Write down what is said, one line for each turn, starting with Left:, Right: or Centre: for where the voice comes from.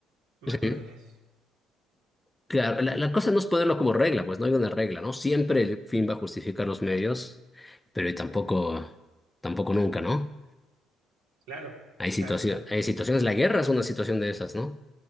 Right: más
Left: Sí.
Right: crueles.
Left: Claro, la, la cosa no es ponerlo como regla, pues no hay una regla, ¿no? Siempre el fin va a justificar los medios, pero y tampoco, tampoco nunca, ¿no?
Right: Claro,
Left: Hay situación,
Right: claro, claro.
Left: hay situaciones, la guerra es una situación de esas, ¿no?